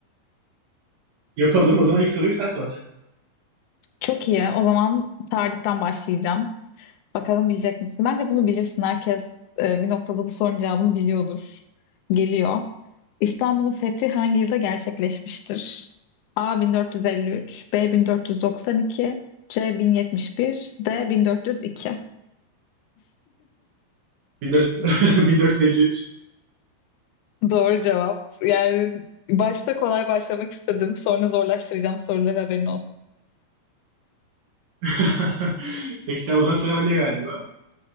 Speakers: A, on the right; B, on the left.
A: Yapalım. O zaman ilk soruyu sen sor.
B: Çok iyi. O zaman tarihten başlayacağım. Bakalım bilecek misin? Bence bunu bilirsin. Herkes e, bir noktada bu sorunun cevabını biliyordur. Geliyor. İstanbul'un fethi hangi yılda gerçekleşmiştir? A 1453, B 1492, C 1071, D 1402.
A: 14 1453.
B: Doğru cevap. Yani başta kolay başlamak istedim. Sonra zorlaştıracağım soruları haberin olsun.
A: <laughs> <laughs> Peki tamam o zaman sıra bende galiba.